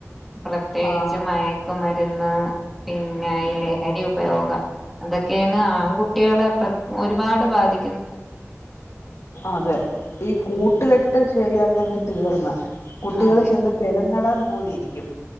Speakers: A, in the centre; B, on the left.
A: പ്രത്യേകിച്ച്
B: ആഹ്
A: മയ മയക്ക് മരുന്ന് പിന്നെ ഈ ലഹരി ഉപയോഗം. അതൊക്കെയാണ് ആൺകുട്ടികളെ പ്ര ഒരുപാട് ബാധി
B: അതെ ഈ കൂട്ടുകെട്ട്
A: ഉം
B: ശരിയല്ലെങ്കിൽ തീർന്ന്. കുട്ടികൾ
A: അതെ
B: ചെന്ന് പെടുന്നടം പോലെ ഇരിക്കും